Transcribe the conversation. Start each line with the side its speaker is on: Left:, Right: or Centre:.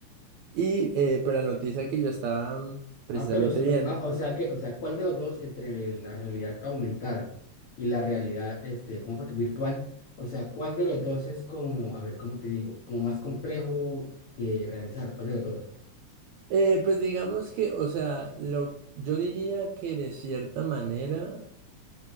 Right: Y eh, pues la noticia que yo estaba mm, precisamente
Left: Ah, pero, eso-
Right: viendo,
Left: ah, o sea que, o sea, ¿cuál de los dos entre la realidad aumentada y la realidad, este, ¿cómo fue que? Virtual, o sea, ¿cuál de los dos es como, a ver, ¿cómo te digo? Como más complejo de realizar, ¿cuál de los dos?
Right: eh, pues digamos que, o sea, lo, yo diría que de cierta manera...